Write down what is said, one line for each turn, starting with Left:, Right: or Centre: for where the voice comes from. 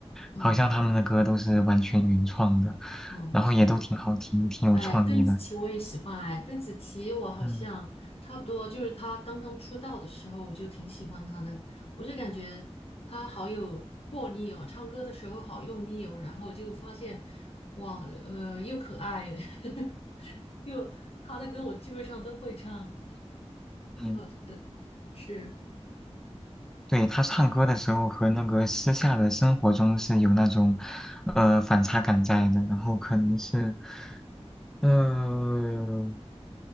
Left: 嗯
Centre: 好像他们的歌都是完全原创的，
Left: 嗯，
Centre: 然后也都挺好听、
Left: 是。
Centre: 挺有创意的。
Left: 哎，邓紫棋我也喜欢哎，邓紫棋我好像差不多，
Centre: 嗯
Left: 就是她刚刚出道的时候，我就挺喜欢她的。我就感觉她好有魄力哦，唱歌的时候好用力哦，然后就发现哇，呃，又可爱，<laughs> 又她的歌我基本上都会唱，
Centre: 嗯，
Left: 挺好听的。是，
Centre: 对，他唱歌的时候和那个私下的生活中是有那种呃反差感在的，然后可能是呃